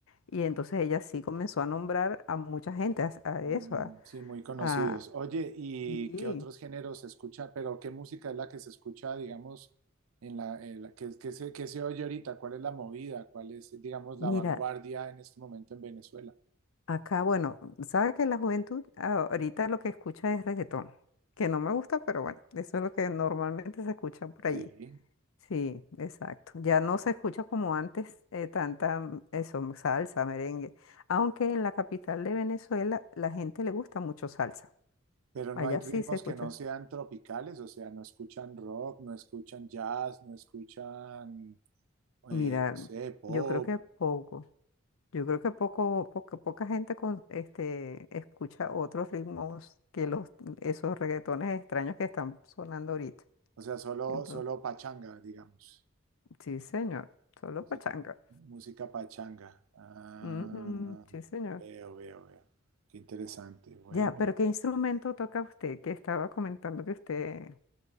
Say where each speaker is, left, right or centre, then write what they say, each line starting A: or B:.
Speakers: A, on the left; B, on the right.
A: Y entonces ella sí comenzó a nombrar a mucha gente, a, a
B: Mm,
A: eso,
B: sí, muy conocidos.
A: Ah,
B: Oye, ¿y
A: sí.
B: qué otros géneros se escucha? Pero ¿qué música es la que se escucha, digamos, en la, en la- qué, qué se, qué se oye ahorita? ¿Cuál es la movida? ¿Cuál es, digamos, la
A: Mira,
B: vanguardia en este momento en Venezuela?
A: acá, bueno, sabe que la juventud ah, ahorita lo que escucha es reggaetón, que no me gusta, pero bueno, eso es lo que normalmente se escucha por
B: Sí,
A: allí. Sí, exacto. Ya no se escucha como antes eh, tanta mm, eso, mm, salsa, merengue. Aunque en la capital de Venezuela la gente le gusta mucho salsa.
B: pero
A: Allá
B: no hay ritmos
A: sí se escucha.
B: que no sean tropicales, o sea, no escuchan rock, no escuchan jazz, no escuchan, eh,
A: Mira,
B: no sé, pop,
A: yo creo que poco. Yo creo que poco, poca, poca gente con, este, escucha otros ritmos que los, esos reggaetones extraños que están sonando ahorita.
B: o sea, solo,
A: Entonces,
B: solo pachanga, digamos.
A: sí, señor, solo
B: Música,
A: pachanga.
B: música pachanga. Ah,
A: Ujú, sí, señor.
B: veo, veo, veo. Qué interesante. Bueno,
A: Ya, pero ¿qué instrumento toca usted? Que estaba comentando que usted